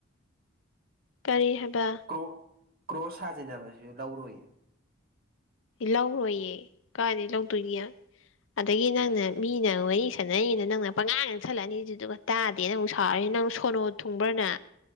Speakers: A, on the left; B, on the right.
A: ꯀꯔꯤ ꯍꯥꯏꯕ
B: ꯀ꯭ꯔꯣꯛ ꯀ꯭ꯔꯣꯁ ꯁꯥꯖꯤꯟꯅꯕꯁꯨ ꯂꯧꯔꯣꯏꯌꯦꯕ
A: ꯂꯧꯔꯣꯏꯌꯦ ꯀꯥꯏꯗ ꯂꯧꯗꯣꯏꯒ ꯑꯗꯒꯤ ꯅꯪꯅ ꯃꯤꯅ ꯋꯥꯔꯤ ꯁꯥꯟꯅꯔꯤꯉꯩꯗ ꯅꯪꯅ ꯄꯉꯥ ꯉꯥꯡ ꯁꯤꯂꯛꯑꯅꯤ ꯑꯗꯨꯗꯨꯒ ꯇꯥꯗꯦ ꯅ ꯑꯃꯨꯛ ꯁꯥꯎꯔꯦ ꯅꯪ ꯁꯣꯅꯣ ꯊꯨꯡꯕ꯭ꯔꯅ